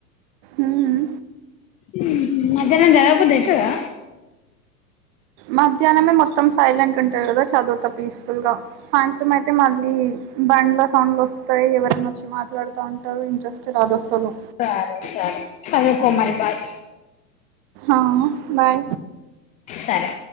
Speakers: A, on the right; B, on the left.
A: మ్మ్
B: మ్మ్ హు మధ్యానం చదవబుద్ధి అయితదా
A: మధ్యానమే మొత్తం సైలెంట్ ఉంటది గదా చదువుతా పీస్ఫుల్ గా సాయంత్రం అయితే మళ్ళీ బండ్ల సౌండ్లు వస్తాయి ఎవరన్నా వచ్చి మాట్లాడుతా ఉంటారు ఇం జెస్ట్ రాదస్తులు
B: సరే సరే చదువుకో మరి బాయ్
A: ఆ బాయ్
B: సరే